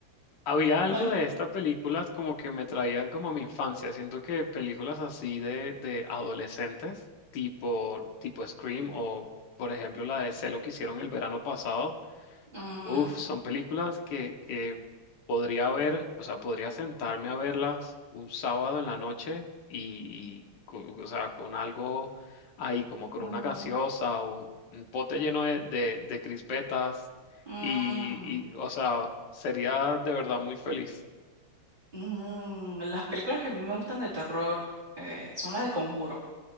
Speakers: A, on the left (about 60°); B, on the right (about 20°).
A: Había algo
B: Ay.
A: de estas películas como que me traían como a mi infancia. Siento que películas así de, de adolescentes, tipo, tipo Scream o, por ejemplo, la de Celo que hicieron el verano pasado.
B: Mm,
A: Uf, son películas que, que podría ver, o sea, podría sentarme a verlas un sábado en la noche y, y co- o sea, con algo ahí, como con
B: mm,
A: una gaseosa o un pote lleno de, de, de crispetas
B: mm,
A: y, y, o sea, sería de verdad muy feliz.
B: mm. Las películas que a mí me gustan de terror eh, son las de Conjuro,